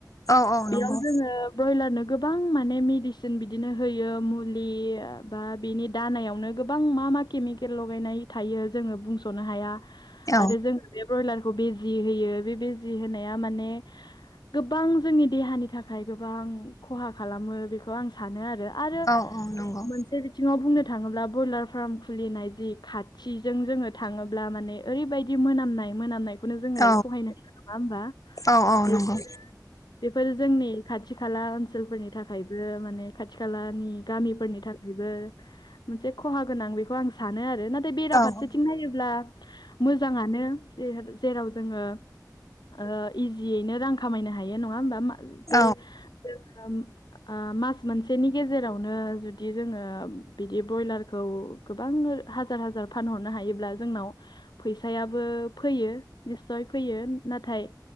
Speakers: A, on the left (about 50°); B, on the left (about 70°).
A: औ औ नंगौ
B: बेयाव जोङो ब्रयलारनो गोबां माने मेडिसिन सिन बिदिनो होयो मुलि बा बिनि दानायावनो गोबां मा मा केमिकेल लगायनाय थायो जोङो बुंस'नो हाया
A: औ
B: आरो जों बे ब्रयलारखौ बिजि होयो बे बिजि होनाया माने गोबां जोंनि देहानि थाखाय गोबां खहा खालामो बेखौ आं सा सानो आरो आरो
A: औ औ नंगौ
B: मोनसे बिथिङाव बुंनो थाङोब्ला ब्रयलार फार्म खुलिनाय जि खाथिजों जोङो थाङोब्ला माने ओरैबायदि मोनामनाय मोनामनायखौनो जोङो
A: औ
B: सहायनो हाया नङा होमबा
A: औ औ
B: बेफोरो
A: नंगौ
B: बेफोरो जोंनि खाथि खाला ओनसोलफोरनि थाखाय खाथि खालानि गामिफोरनि थाखायबो मोनसे खहा गोनां बेखौ आं सानो आरो नाथाय बेराफारसेथिं
A: औ औ
B: नायोब्ला मोजाङानो जेराव जोङो ओ इजियैनो रां खामायनो हायो नङा होमबा
A: औ
B: जे ओ मास मोनसेनि गेजेरावनो जुदि जोङो बिदि ब्रयलारखौ गोबां हाजार हाजार फानहरनो हायोब्ला जोंनाव फैसायाबो फैयो निसय फैयो नाथाय